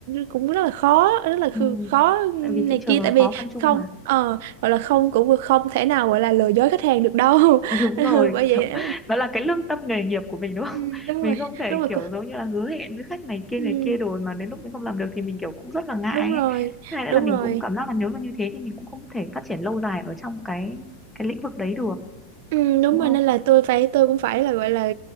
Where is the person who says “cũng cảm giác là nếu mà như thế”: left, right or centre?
Centre